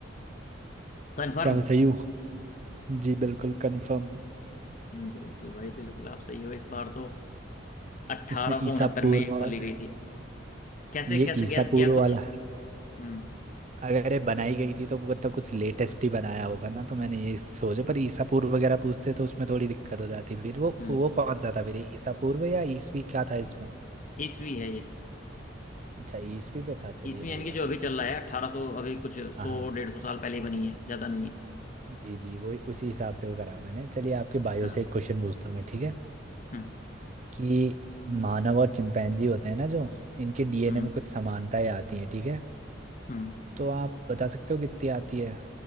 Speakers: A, on the left; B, on the right.
A: कंफर्म
B: क्या मैं सही हूँ जी बिल्कुल कंफर्म
A: बिल्कुल भाई बिल्कुल आप सही हो इस बार तो अट्ठारह
B: इसमें ईसा
A: सौ उनहत्तर
B: पूर्व
A: में ये
B: और
A: खोली गई थी कैसे
B: ये
A: कैसे
B: ईसा
A: गैस किया
B: पूर्व
A: कुछ
B: वाला
A: हम्म
B: अगर ये बनाई गई थी तो वो मतलब कुछ लेटेस्ट ही बनाया होगा ना तो मैंने ये सोचा पर ईसा पूर्व वगैरह पूछते तो उसमें थोड़ी दिक्कत हो जाती फिर वो
A: हम्म
B: वो कौन सा था फिर ये ईसा पूर्व या ईसवी क्या था इसमें
A: ईस्वी है ये
B: अच्छा ईसवी पे था चलिए
A: ईस्वी यानी
B: बढ़िया
A: कि जो अभी चल रहा है अठारह सौ अभी कुछ
B: हाँ
A: सौ
B: हाँ, हाँ।
A: डेढ़ सौ साल पहले ही बनी है ज्यादा नहीं है
B: जी जी वो उसी हिसाब से वो करा मैंने चलिए आपके बायो
A: हाँ
B: से एक क्वेश्चन पूछता हूँ मैं ठीक है
A: हम्म
B: कि मानव और चिंपैंजी होते हैं ना जो इनके डीएनए
A: हम्म
B: में कुछ समानताएं आती हैं ठीक है
A: हम्म
B: तो आप बता सकते हो कितनी आती है